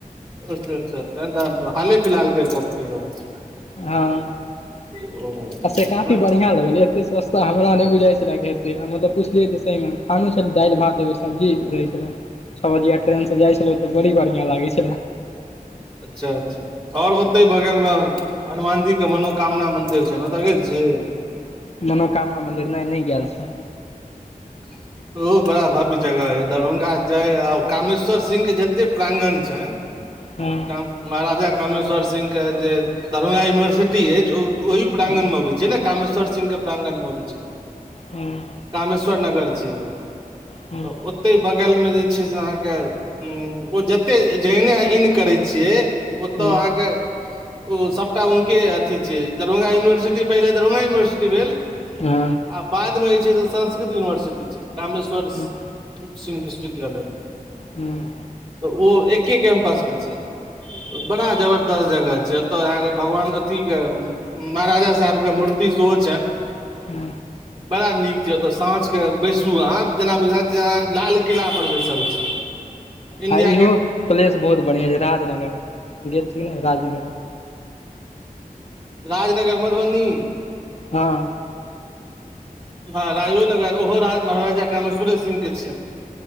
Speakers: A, on the right; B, on the left.
A: अच्छा अच्छा तहन तऽ आहाँ हाले फिलहालके गप कहि रहल छी
B: हँ,
A: ओ नहि
B: से काफी बढ़िया रहल एक पीस सस्ता हमरा नहि बुझाइ छलै जे हेतै मतलब पुछलियै तऽ सही मे खानो छलै दालि भात एगो सब्जी रहै छलै छ बजिया ट्रेन स जाइ छलै तऽ बड़ी बढ़ियां लागै छले
A: अच्छा अच्छा आओर ओतै बगलमे हनुमानजी के मनोकामना मंन्दिर छनि ओतऽ गेल छी
B: मनोकामना मंदिर नै नाय गेल छी
A: ह <unintelligible> ओ बड़ा भव्य जगह अइ दरभंगा जाय आ कामेश्वर सिंह के जते प्रांगन छैन <inaudible>
B: ह
A: महाराजा कामेश्वर सिंह के जे दरभंगा यूनिवर्सिटी ति अछि ओहि प्रांगण
B: हँ
A: मे अबै छै ने कामेश्वर सिंह के प्रांगण मे अबै छै हमर
B: हूँ
A: कामेश्वर नगर छियै त
B: हँ
A: ओ ओतहि बगलमे जे छै से अहाँके ओ जत्तै जहने आहाँ इन करै छियै ओतऽ
B: हँ
A: अहाँके ओ सभटा उनके अथी छियै दरभंगा यूनिवर्सिटी पहिले दरभंगा यूनिवर्सिटी भेल
B: हँ
A: आ बादमे जे छै संस्कृत यूनिवर्सिटी छै कामेश्वर
B: हँ
A: सिंह विश्वविद्यालय
B: हूँ
A: तऽ ओ एके कैम्पस मे छै बड़ा जबर दस जगह छै ओतय अहाँके भगवान अथि के महाराजा साहेबके मूर्ति सेहो छैन
B: हू
A: बड़ा नीक जगह साँझक बैसू अहाँ जेना बुझायत जे आहां लालकिला पर बैसल छी इंडिया
B: आ
A: गेट
B: इहो प्लेस बहुत बढियां अए राजनगर गेल छी ने राजनगर
A: राजनगर मधबनी
B: हँ
A: हँ राजोनगर ओहो राज महाराजा कामेश्वरे सिंह के छियनि